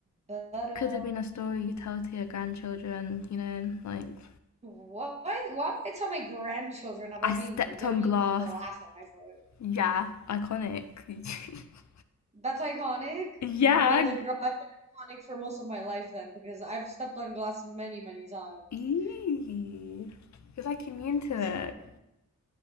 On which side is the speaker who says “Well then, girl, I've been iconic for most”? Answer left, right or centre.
Right